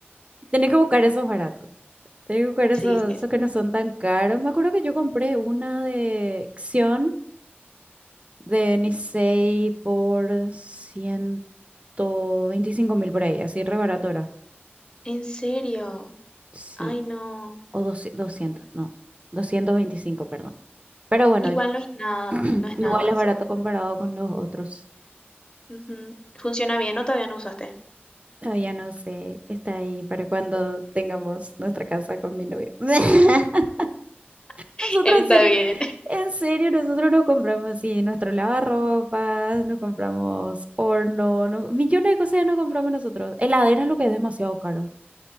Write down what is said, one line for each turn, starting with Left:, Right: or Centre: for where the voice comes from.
Right: Tenés que buscar esos baratos. tengo que buscar
Left: Sí,
Right: esos,
Left: sí, sí.
Right: esos que no son tan caros. Me acuerdo que yo compré una de Xion de Nisei por ciento veinticinco mil por ahí, así re barato era.
Left: ¿En serio?
Right: Sí,
Left: Ay, no.
Right: o 200, 200 no, 225 perdón. Pero bueno,
Left: Igual no es nada,
Right: <clears throat>
Left: no es
Right: igual
Left: nada
Right: es
Left: eso.
Right: barato comparado con los otros.
Left: Ujú. ¿Funciona bien o todavía no usaste?
Right: Todavía no sé, está ahí para cuando tengamos nuestra casa con mi novio. <laughs>
Left: <laughs>
Right: Nosotros
Left: Está
Right: en serio,
Left: bien.
Right: en serio, nosotros nos compramos así nuestro lavarropas, nos compramos horno, nos- millones de cosas nos compramos nosotros. Heladera es lo que es demasiado caro.